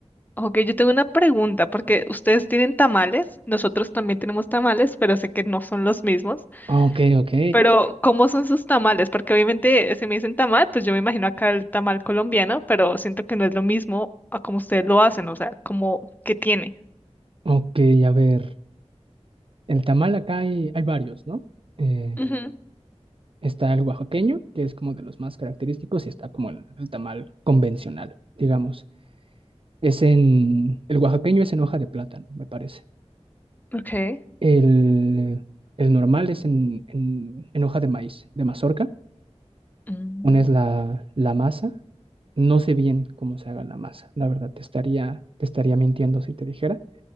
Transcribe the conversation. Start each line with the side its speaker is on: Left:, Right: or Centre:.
Left: Ok, yo tengo una pregunta, porque ustedes tienen tamales, nosotros también tenemos tamales, pero sé que no son los mismos.
Right: Ok, ok,
Left: Pero, ¿cómo son sus tamales? Porque obviamente, si me dicen tamal, pues yo me imagino acá el tamal colombiano, pero siento que no es lo mismo a como ustedes lo hacen, o sea, como que tiene.
Right: ok, a ver, el tamal acá hay, hay varios, ¿no? Eh,
Left: Ujú,
Right: está el oaxaqueño, que es como de los más característicos, y está como el, el tamal convencional, digamos. Es en, el oaxaqueño es en hoja de plátano, me parece.
Left: Ok.
Right: El, el normal es en, en- en hoja de maíz, de mazorca.
Left: Mm,
Right: Pones la, la masa. No sé bien cómo se haga la masa, la verdad, te estaría, te estaría mintiendo si te dijera.